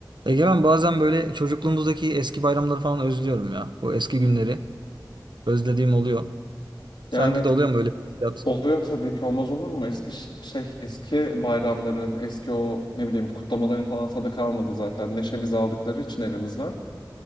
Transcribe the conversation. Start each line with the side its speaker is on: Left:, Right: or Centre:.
Right: Egemen bazen böyle çocukluğumuzdaki eski bayramları falan özlüyorum ya. O eski günleri özlediğim oluyor. Sende
Left: Ya evet
Right: de oluyor mu öyle bir hissiyat?
Left: oluyor tabii ki olmaz olur mu? Eski ş- şey eski bayramların, eski o ne bileyim kutlamaların falan tadı kalmadı zaten. Neşemizi aldıkları için elimizden.